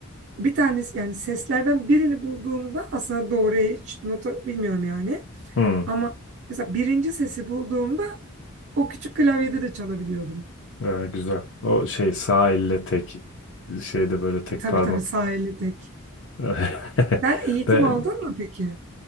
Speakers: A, on the right; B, on the left.
A: bir tanesi yani seslerden birini bulduğumda aslında doğru hiç nota bilmiyorum yani.
B: Hmm,
A: Ama mesela birinci sesi bulduğumda o küçük klavyede de çalabiliyordum.
B: ha, güzel. O şey sağ elle tek şeyde böyle tek
A: E, tabii
B: parmak.
A: tabii sağ elle tek.
B: <laughs>
A: Sen eğitim
B: Ben
A: aldın mı peki?